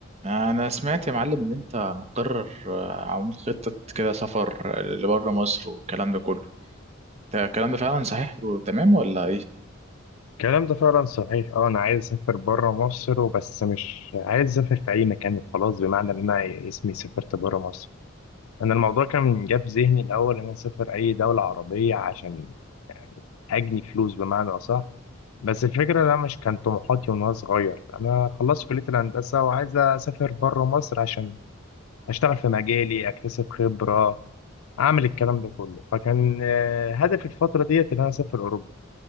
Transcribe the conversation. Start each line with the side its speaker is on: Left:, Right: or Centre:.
Right: انا سمعت يا معلم ان انت مقرر آه، عامل خطة كده سفر لبره مصر والكلام ده كله ده الكلام ده فعلا صحيح وتمام ولا ايه
Left: الكلام ده فعلا صحيح اه انا عايز اسافر بره مصر وبس مش عايز اسافر في اي مكان خلاص بمعنى ان انا اسمي سافرت بره مصر انا الموضوع كان جه في ذهني الاول ان انا اسافر اي دوله عربيه عشان يعني اجني فلوس بمعنى اصح بس الفكره ده مش كان طموحاتي وانا صغير انا خلصت كليه الهندسه وعايز اسافر بره مصر عشان اشتغل في مجالي اكتسب خبره اعمل الكلام ده كله فكان آه، هدفي الفتره ديت ان انا اسافر اوروبا